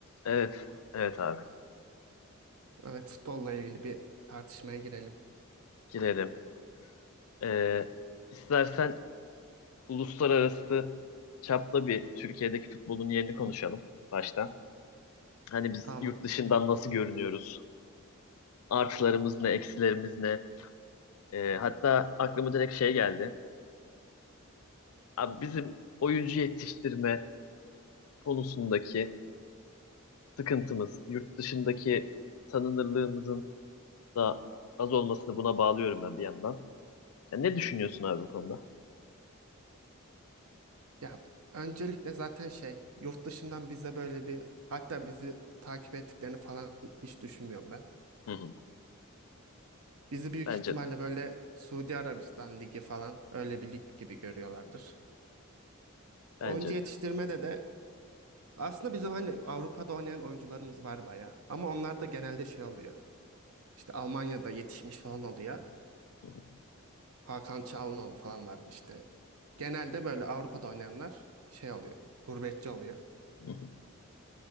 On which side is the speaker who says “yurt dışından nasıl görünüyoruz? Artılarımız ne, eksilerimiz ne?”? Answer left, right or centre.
Left